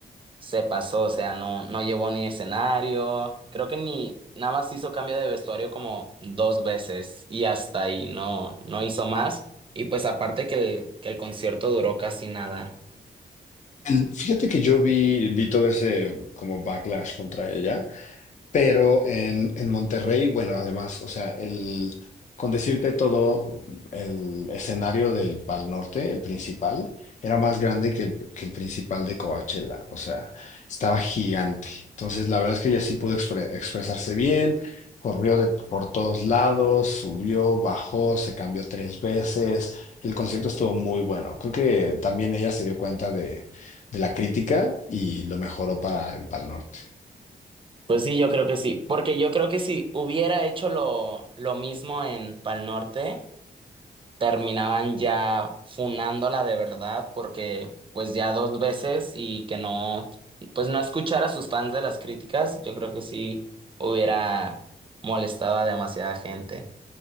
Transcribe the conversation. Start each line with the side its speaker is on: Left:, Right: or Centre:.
Right: se pasó, o sea, no, no llevó ni escenario. Creo que ni nada más hizo cambio de vestuario como dos veces y hasta ahí, no, no hizo más. Y pues aparte que el, que el concierto duró casi nada.
Left: El- Fíjate que yo vi, vi todo ese como backlash contra ella. Pero en, en Monterrey, bueno, además, o sea, el, con decirte todo, el escenario del Pal Norte, el principal, era más grande que el, que el principal de Coachella, o sea, estaba gigante. Entonces, la verdad es que ella sí pudo expre- expresarse bien, corrió de- por todos lados, subió, bajó, se cambió tres veces. El concierto estuvo muy bueno. Creo que también ella se dio cuenta de, de la crítica y lo mejoró para el Pal Norte.
Right: Pues sí, yo creo que sí, porque yo creo que si hubiera hecho lo, lo mismo en Pal Norte, terminaban ya funándola de verdad, porque pues ya dos veces y que no, pues no escuchar a sus fans de las críticas, yo creo que sí hubiera molestado a demasiada gente.